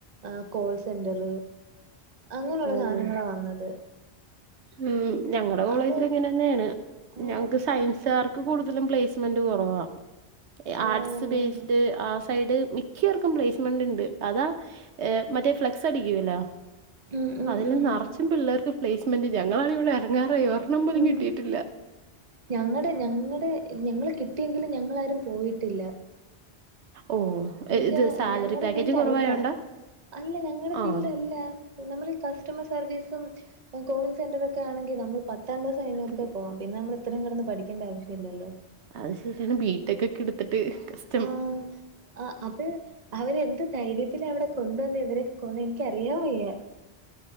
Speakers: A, on the right (about 40°); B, on the right (about 80°).
A: ആഹ് കോൾ സെന്റർ അങ്ങനുള്ള
B: ഓഹ്
A: സാധനങ്ങളാ വന്നത്
B: ഉം ഞങ്ങടെ കോളേജിലു
A: അത് ആഹ്
B: ഇങ്ങനെന്നെയാണ്
A: ഓഹ്
B: ഞങ്ങക്ക് സയൻസ് സാർക്ക് കൂടുതലും പ്ലേസ്മെന്റ് കുറവാ
A: ഓഹ്
B: ആർട്സ് ബേസ്ഡ് ആ സൈഡ് മിക ക്കാർക്കും പ്ലേസ്മെന്റ്ണ്ട് അതാ ഏഹ് മറ്റേ ഫ്ലെക്സ് അടിക്കല്ലോ
A: ഉം ഉം
B: അതിൽ
A: ഉം
B: നറച്ചും പിള്ളേർക്ക് പ്ലേസ്മെ മന്റ് ഞങ്ങളാണെ ഇവിടെ എർങ്ങാറായി എരെണ്ണം പോലും
A: ഉം
B: കിട്ടിയിട്ടില്ല
A: ഞങ്ങടെ ഞങ്ങടെ ഞങ്ങള് കിട്ടിയെങ്കിലും ഞങ്ങളാരും പോയിട്ടില്ല
B: ഓഹ്
A: എന്നുവച്ചാ
B: ഇത് സാലറി
A: ഞങ്ങൾടെ
B: പാക്കേജ്
A: ഫീൽഡ്
B: കുറവായോണ്ടാ
A: അല്ല അല്ല ഞങ്ങൾടെ
B: ആഹ്
A: ഫീൽഡ് അല്ല നമ്മൾ ഈ കസ്റ്റമർ സർവീസും കോളിംഗ് സെന്ററൊക്കെ ആണെങ്കിൽ നമ്മൾ പ ത്താംക്ലാസ് കൈഞ്ഞോർക്കും
B: അത്
A: പോവാ പിന്നെ നമ്മളിത്രയും കെടന്ന് പഠിക്കണ്ട ആവശ്യല്ലല്ലോ
B: അത് ശരിയാണ് ബിടെക്കക്കെ എടുത്തിട്ട് കസ്
A: അഹ് അഹ് അത് അവരെന്ത് ധൈര്യത്തിലവിടെ കൊണ്ടുവന്ന് ഇവരൊക്കെ കൊണ്ട് എനിക്കറിയാൻ വയ്യ